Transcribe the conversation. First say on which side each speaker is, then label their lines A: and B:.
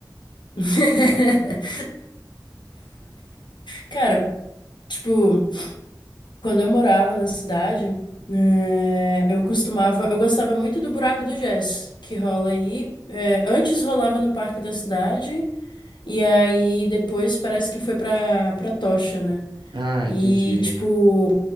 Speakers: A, on the left (about 75°); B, on the right (about 85°).
A: <laughs> Cara, tipo. Quando eu morava na cidade, eh, eu costumava, eu gostava muito do Buraco do Jazz, que rola aí. eh, antes rolava no Parque da Cidade, e aí depois parece que foi pra, pra Tocha, né?
B: <laughs> Ah,
A: E,
B: entendi.
A: tipo,